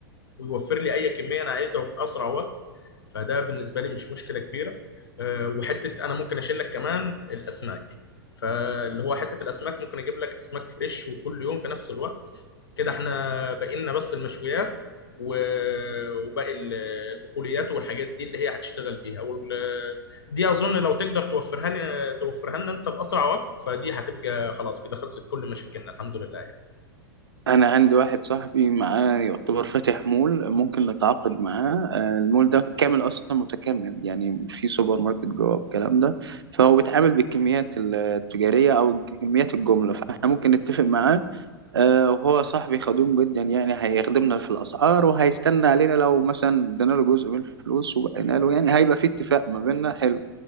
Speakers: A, on the left (about 75°); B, on the right (about 75°).
A: ويوفر لي اي كميه انا عايزها وفي اسرع وقت فده بالنسبه لي مش مشكله كبيره آه، وحته انا ممكن اشيل لك كمان الاسماك فاللي هو حته الاسماك ممكن اجيب لك اسماك فريش وكل يوم في نفس الوقت كده احنا بقينا بس المشويات و- وباقي ال- البقوليات والحاجات دي اللي هي هتشتغل بيها وال- دي اظن لو تقدر توفرها لي توفرها لنا انت باسرع وقت فدي هتبقى خلاص كده خلصت كل مشاكلنا الحمد لله يعني.
B: أنا عندي واحد صاحبي معاه يعتبر فاتح مول ممكن نتعاقد معاه آه، المول ده كامل أصلا متكامل يعني في سوبر ماركت جوه الكلام ده فهو بيتعامل بالكميات التجارية أو كميات الجملة فإحنا ممكن نتفق معاه آه، وهو صاحبي خدوم جدا يعني هيخدمنا في الأسعار وهيستنى علينا لو مثلا ادينا له جزء من الفلوس وبقينا له يعني هيبقى في اتفاق ما بيننا حلو